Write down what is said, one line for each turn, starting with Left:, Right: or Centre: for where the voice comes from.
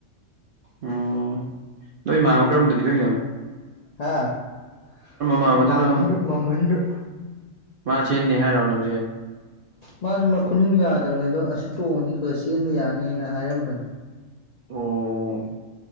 Right: ꯑꯣ ꯅꯣꯏ ꯃꯥꯝꯃ ꯀꯔꯝꯗ ꯄꯤꯊꯣꯛꯏꯅꯣ
Left: ꯍꯥꯥ ꯑꯈꯣꯏ
Right: ꯃꯥꯝꯃꯗꯅꯣ
Left: ꯃꯥꯝꯍꯟꯗ ꯃꯥꯝꯍꯟꯗ
Right: ꯃꯥ ꯆꯦꯟꯅꯤ ꯍꯥꯏꯔꯣ ꯂꯝꯖꯦꯜ
Left: ꯃꯥꯁꯨ ꯃꯈꯨꯅꯤꯡ ꯌꯥꯗꯕꯅꯦ ꯑꯗꯣ ꯑꯁꯤ ꯇꯣꯡꯉꯗꯤ ꯈꯔ ꯆꯦꯟꯕ ꯌꯥꯅꯤꯅ ꯍꯥꯏꯔꯝꯕꯅꯤ
Right: ꯑ